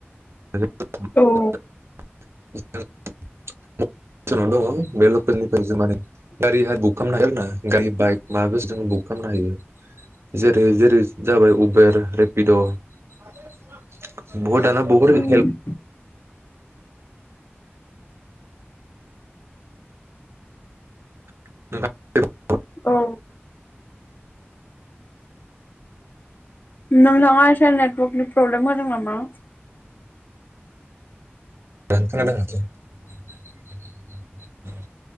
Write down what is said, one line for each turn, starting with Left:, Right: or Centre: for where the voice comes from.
Right: जोंङो
Left: औ औ
Right: <unintelligible> सोरनाव दङ बे लकेलनिफ्राय जो माने दारि हार भुख खामनो हायो आरोना गारि बाइक मा गोसो जों बुक खालामनो हायो जेरै जेरै जाबाय उबेर रेपिड' बहद दाना बहर
Left: उम
Right: हेल्प <unintelligible>
Left: औ नोंथाङा एसे नेटवर्कनि प्रब्लेम होदों नामा?
Right: <unintelligible>